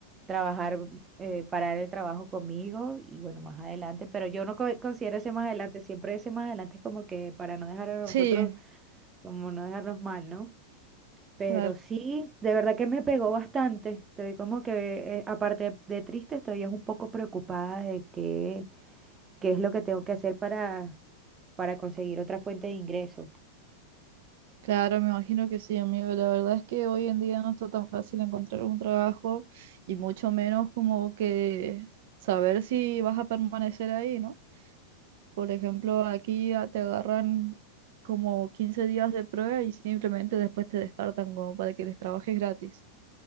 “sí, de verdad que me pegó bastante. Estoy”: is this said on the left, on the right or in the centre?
Right